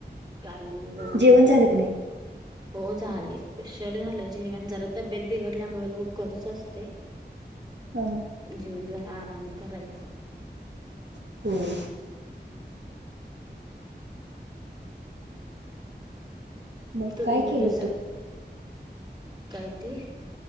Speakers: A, on the right; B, on the right.
A: काही नाही बघा
B: जेवण
A: निवांत.
B: झालं का नाही.
A: हो झाले. उशीर झालं जेवण जरा तब्येत बिघडल्यामुळे लवकरच असतय.
B: हा
A: जेवुन जरा आराम करायचा.
B: होय. मग
A: तुम्ही
B: काय केलं
A: दुसरं
B: होतं.
A: काय ते.